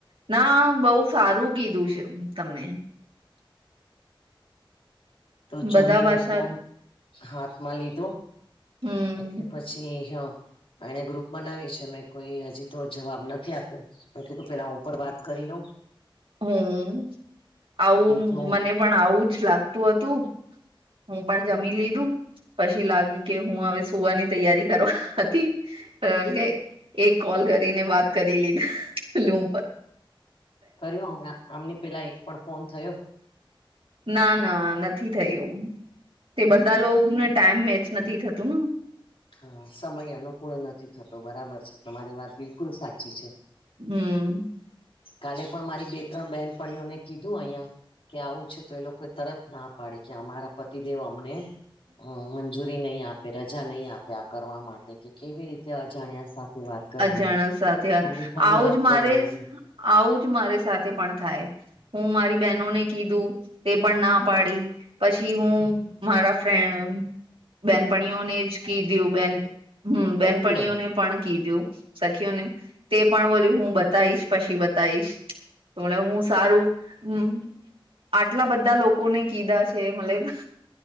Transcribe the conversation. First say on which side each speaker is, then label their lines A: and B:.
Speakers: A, on the right; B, on the left.
A: ના બહ સારું કીધું છે તમને
B: તો જમીને
A: બધા ભાષા
B: ફોન હાથમાં લીધો
A: હમ
B: એટલે પછી હ એણે ગ્રુપ બનાવી છે મેં કોઈ હજી તો જવાબ નથી આપ્યો મે કીધું કે પેલા ઉપર વાત કરી લઉ
A: હમ્મ આવું
B: જો
A: મને પણ આવું જ લાગતું હતું હું પણ જમી લીધું. પછી લાગ્યું કે હું હવે સુવાની તૈયારી કરવા હતી કે એક કોલ કરીને વાત કરી લીધા લૂમ પર
B: કર્યો હમણાં આમને પેલા એક પણ ફોન થયો
A: ના ના નથી થયું તે બધા લોકોને ટાઈમ મેચ નથી થતું
B: હા સમય અનુકૂળ નથી થતો બરાબર છે. તમારી વાત બિલકુલ સાચી છે
A: હમ
B: કાલે પણ મારી બે બહેનપણીઓને કીધું અહિયાં. કે આવું છે તો એ લોકો તરત ના પાડીે કે અમારા પતિદેવ અમને અ મંજૂરી નહી આપે રજા નહી આપે આ કરવા માટે કે કેવી રીતે અજાણ્યા સાથે વાત કરવાની
A: અજાણ સાથે વા
B: ખાલી ખાલી
A: આવુંજ
B: વાત
A: મારે
B: કરવાની
A: આવું જ મારી સાથે પણ થાય હું મારી બહેનોને કીધું તે પણ ના પાડી પછી હું મારા ફ્રેન્ડ બેનપણીઓને જ કીધું બેન હમ્મ
B: સખીઓને
A: બેનપણીઓને પણ કીધું. સખ્યો ને તે પણ બોલ્યું હું બતાવીશ પછી બતાવીશ. તો મ હું સારું આટલા બધા લોકોને કીધા છે મતબ